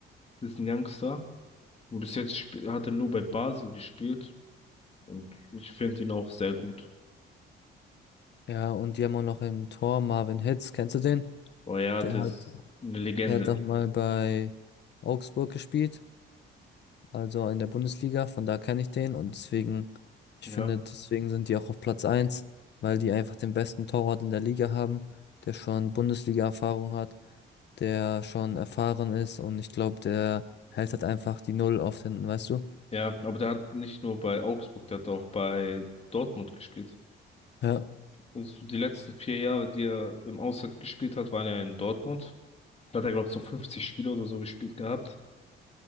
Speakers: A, on the left; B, on the left.
A: Das ist ein Youngster. Und Bis jetzt sp- hat er nur bei Basel gespielt und ich finde ihn auch sehr gut.
B: ja, und die haben auch noch im Tor Marvin Hitz, kennst du den?
A: Aber ja,
B: Der
A: das
B: hat,
A: ist eine Legende.
B: der hat auch mal bei Augsburg gespielt. also in der Bundesliga, von da kenne ich den und deswegen, ich
A: Ja.
B: finde, deswegen sind die auch auf Platz eins weil die einfach den besten Torwart in der Liga haben, der schon Bundesliga-Erfahrung hat, der schon erfahren ist und ich glaube, der hält halt einfach die Null oft hinten, weißt du?
A: Ja, aber der hat nicht nur bei Augsburg, der hat auch bei Dortmund gespielt.
B: Ja.
A: Also die letzten vier Jahre, die er im Ausland gespielt hat, waren ja in Dortmund. Da hat er, glaube ich, so 50 Spiele oder so gespielt gehabt.